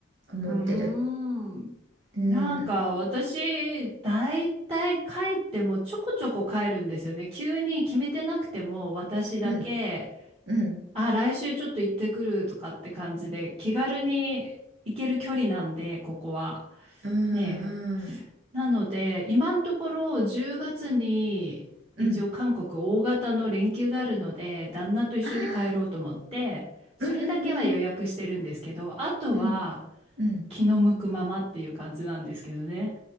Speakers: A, on the right; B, on the right.
A: 思ってる。
B: うーん。
A: うん。
B: なんか私、だいたい帰ってもちょこちょこ帰るんですよね。急に決めてなくても私だけ。
A: うん。うん。
B: あ、来週ちょっと行ってくるとかって感じで、気軽に行ける距離なんで、ここは。
A: うんう
B: ねえ。
A: ん
B: なので、今のところ10月に一応韓国大型の連休があるので、
A: うん
B: 旦那と一緒に帰ろうと思って、
A: あー
B: それだけは予約してるんですけど、
A: うんうんうん
B: あとは
A: うんうん
B: 気の向くままっていう感じなんですけどね。